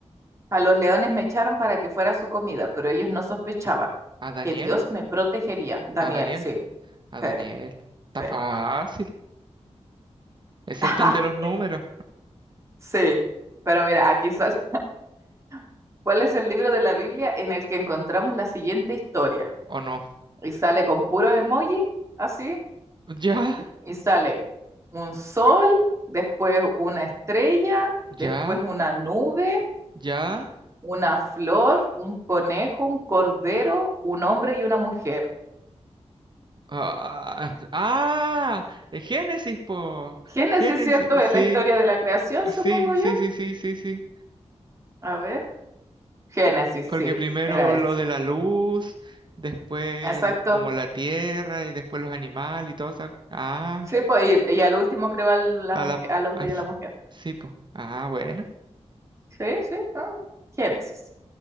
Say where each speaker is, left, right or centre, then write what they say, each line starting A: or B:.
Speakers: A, on the right (about 25°); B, on the right (about 40°).
A: A los leones me echaron para que fuera su comida, pero ellos no sospechaban
B: a Daniel,
A: que Dios me protegería. Daniel,
B: a Daniel,
A: sí,
B: a
A: sí,
B: Daniel, está
A: sí.
B: fácil, excepto
A: <laughs>
B: el de los números,
A: Sí, pero mira, aquí sale. <laughs> ¿Cuál es el libro de la Biblia en el que encontramos la siguiente historia?
B: ¿o no?
A: y sale con puros emojis, así,
B: Ya,
A: y sale un sol, después una estrella, después
B: ya,
A: una nube,
B: ya.
A: una flor, un conejo, un cordero, un hombre y una mujer.
B: Ah, ah, Génesis, po.
A: Génesis,
B: Génesis,
A: ¿cierto? Es
B: sí,
A: la historia de la creación, supongo
B: sí, sí,
A: yo.
B: sí, sí, sí, sí.
A: A ver, Génesis,
B: Porque
A: sí,
B: primero
A: era ese.
B: lo de la luz, después
A: Exacto.
B: el- como la tierra y después los animales y todo eso. Ah,
A: Sí, pues, y, y al último creó al, la
B: la,
A: mujer,
B: la,
A: al hombre
B: as-
A: y a la mujer.
B: sí, pues. Ah, bueno.
A: Sí, sí, ah, Génesis.